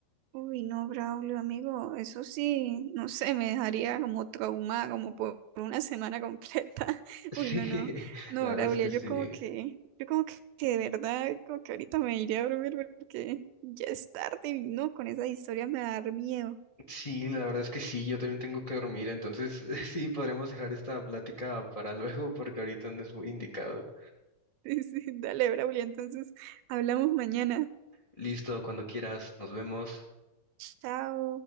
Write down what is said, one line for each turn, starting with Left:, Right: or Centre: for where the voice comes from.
Right: Uy, no, Braulio, amigo, eso sí, no sé, me dejaría como traumada, como por una semana completa. <laughs>
Left: Sí,
Right: Uy, no, no,
Left: <laughs>
Right: no,
Left: la verdad
Right: Braulio,
Left: es que sí.
Right: yo como que, yo como que, que de verdad, como que ahorita me iré a dormir porque ya es tarde y no, con esa historia me va a dar miedo. <laughs>
Left: Sí, la verdad es que sí, yo también tengo que dormir, entonces <laughs> sí, podremos dejar esta plática para luego porque ahorita no es muy indicado.
Right: Sí, sí, dale, Braulio, entonces hablamos mañana.
Left: Listo, cuando quieras, nos vemos.
Right: Chao.